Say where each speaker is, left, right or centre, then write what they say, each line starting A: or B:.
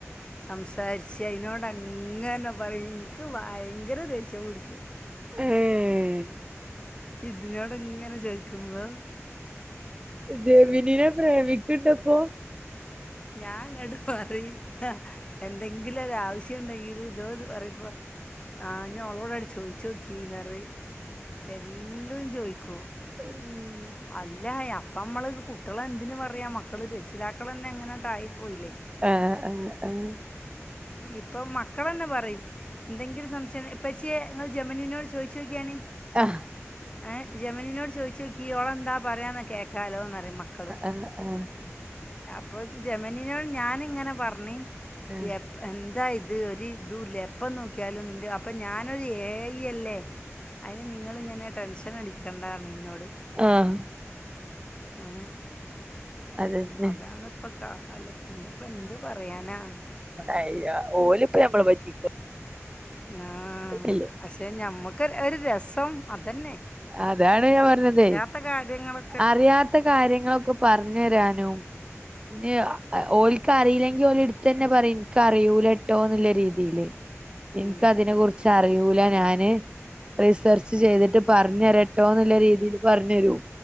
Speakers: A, on the left; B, on the right.
A: സംസാരിച്ച് അയ്നോടങ്ങനെ പറയും ഇൻക്ക് ഭയ്ങ്കര ദേഷ്യം പിടിക്ക
B: ഏ
A: ഇതിനോട്ങ്ങനെ ചോയിക്കുമ്പോ
B: ജെമിനിനെ പ്രേമിക്ക്ണ്ടപ്പോ
A: ഞാങ്ങട്ട് പറിം എന്തെങ്കിലും ഒരു ആവശ്യം ഇണ്ടെങ്കില് ഇതോ പറിമ്പൊ ആഹ് ഞ് ഓളോടാണ്ട് ചോയ്ച്ചോക്കിന്നറിം എല്ലും ചോയ്ക്കും
B: ഉം
A: അല്ല അപ്പമ്മള് കുട്ടികളെന്തിന് പറയാ മക്കള് രക്ഷിതാക്കളന്നെ ഇങ്ങനെണ്ടായി പോയില്ലേ
B: ആഹ് ആഹ് അഹ്
A: ഇപ്പം മക്കളന്നെ പറിം എന്തെങ്കിലും സംശയം ഇപ്പച്ച്യെ നിങ്ങൾ ജമനിനോട് ചോയ് ച്ചോക്കിയാണി
B: ആഹ്
A: ഏഹ് ജമനിനോട് ചോയ്ച്ചോക്കി ഓള് എന്താ പറയാന്ന് കേക്കാലോന്ന റിം മക്കള്
B: ആ ആ
A: അപ്പൊ ജമനിനോട് ഞാനിങ്ങനെ പറഞ്ഞ്
B: ആ
A: എപ്പ് എന്താ ഇത് ഒരു ഇതുല്ല എപ്പം നോക്കിയാലും നിണ്ട് അപ്പൊ ഞാനൊരു ഏ അയ് അല്ലേ അയ്ന് നിങ്ങളിങ്ങനെ ടെൻഷൻ അടിക്കണ്ടാർന്ന് ഇന്നോട്
B: ആഹ്
A: ഏഹ്
B: അതന്നെ
A: അതാണിപ്പം കാലം പിന്നെപ്പന്ത് പറയാനാ
B: ആഹ് ഓല്പ്പം ഞമ്മളെ പറ്റിക്കൊന്നുല്ല
A: ആ
B: അല്ലേ
A: പക്ഷെ ഞമ്മക്ക് ഒര് ഒരു രസം അതന്നെ
B: അതാണ് ഞാൻ പറഞ്ഞതേ
A: പ്പത്തെ കാര്യങ്ങള്
B: അറിയാത്ത കാര്യങ്ങളൊക്കെ പർ ഞ്ഞരാനും ഇഞ്ഞ് അ ഓല്ക്ക് അറിയില്ലെങ്കിൽ ഓല് ഇട്ത്തെന്നെ പറിം ഇൻക്ക് അറിയൂലട്ടോന്ന്ല്ലരീ തീല്
A: ഉം
B: ഇന്ക്ക് അതിനെ കുറിച്ച് അറിയൂല ഞാന് റിസർച്ച് ചെയ്തിട്ട് പറഞ്ഞരട്ടോ ന്നല്ല രീതിയിൽ പറഞ്ഞു തരും